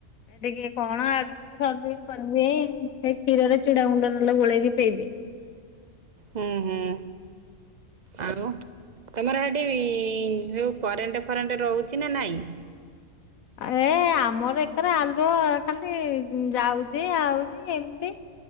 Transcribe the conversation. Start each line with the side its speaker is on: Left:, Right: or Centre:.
Left: ଏ ଟିକେ କଣ <inaudible> <inaudible> କରିିବି ସେଇ କ୍ଷୀରରେ ଚୁଡା ଗୁଣ୍ଡ ନଲେ ଗୋଳେଇକି ପେଇ ଦିଏ।
Right: ହଁ, ହଁ। ଆଉ ତୋମର ସେଠି ଯୋଉ କରେଣ୍ଟ ଫରେଣ୍ଟ ରହୁଛି ନା ନାଇଁ?
Left: ଏ ଆମର ଏକରେ ଆଲୁଅ ଖାଲି ଯାଉଚି ଆଉଚି ଏମତି।